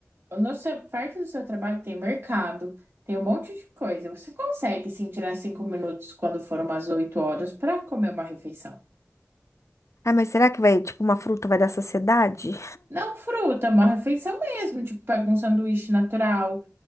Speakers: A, on the right; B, on the left.
A: no seu, perto do seu trabalho tem mercado, tem um monte de coisa. Você consegue sim tirar cinco minutos quando foram umas oito horas para comer uma refeição.
B: Ah, mas será que vai, tipo, uma fruta vai dar saciedade?
A: Não fruta, uma refeição mesmo. Tipo, pega um sanduíche natural,